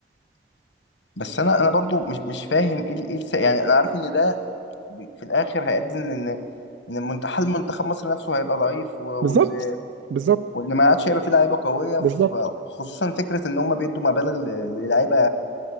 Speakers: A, on the left (about 80°); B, on the right (about 85°).
A: بس انا انا برضو مش مش فاهم ايه ال- ايه الس- يعني انا عارف ان ده ب- في الاخر هيؤدي ان ان إن المنت- حال منتخب مصر نفسه هيبقى ضعيف و-
B: بالظبط
A: وان
B: بالظبط
A: وان ما عادش هيبقى فيه لعيبه قويه
B: بالظبط
A: ف- خصوصا فكره ان هم بيدوا مبالغ ل- للعيبه